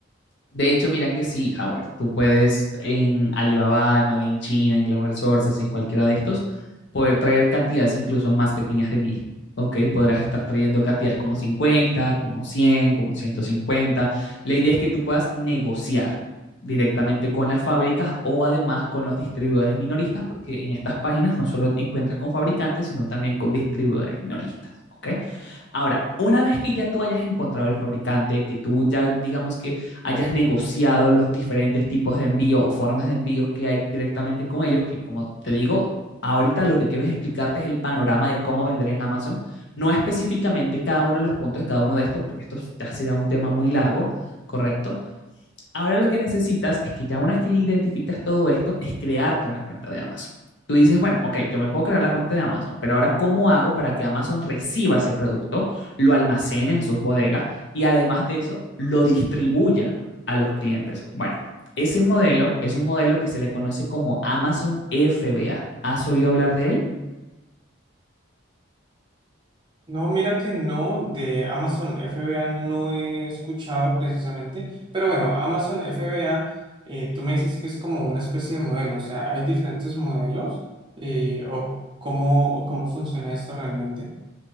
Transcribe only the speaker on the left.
De hecho, mira que sí, Howard, tú puedes en Alibaba, en Made in China, en Global Sources, en cualquiera de estos, poder traer cantidades incluso más pequeñas de mil. ¿ok? Podrás estar trayendo cantidades como 50, como 100, como 150. La idea es que tú puedas negociar directamente con las fábricas o además con los distribuidores minoristas, porque en estas páginas no solo te encuentras con fabricantes, sino también con distribuidores minoristas, ¿ok? Ahora, una vez que ya tú hayas encontrado el fabricante, que tú ya digamos que hayas negociado los diferentes tipos de envío o formas de envíos que hay directamente con ellos, que como te digo, ahorita lo que quiero es explicarte es el panorama de cómo vender en Amazon, no específicamente cada uno de los puntos de cada uno de estos, porque esto ya sería un tema muy largo, ¿correcto? Ahora lo que necesitas es que ya una vez que identificas todo esto, es crearte una cuenta de Amazon. Tú dices, bueno, ok, yo me puedo crear la cuenta de Amazon, pero ahora ¿cómo hago para que Amazon reciba ese producto, lo almacene en sus bodegas y además de eso lo distribuya a los clientes? Bueno, ese modelo es un modelo que se le conoce como Amazon FBA. ¿Has oído hablar de él?